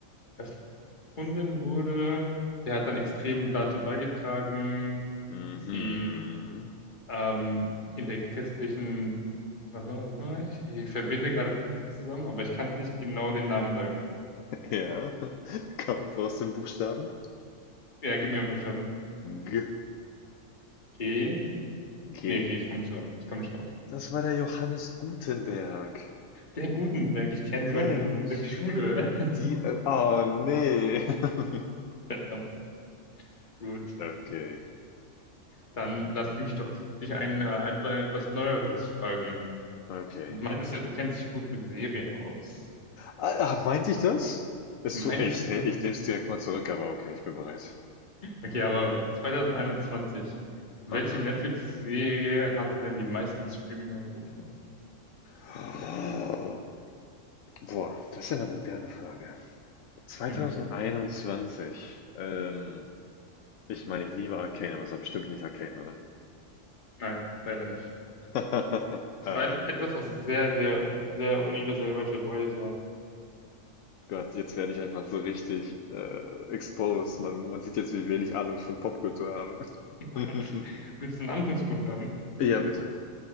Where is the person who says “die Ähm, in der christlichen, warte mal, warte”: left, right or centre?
Left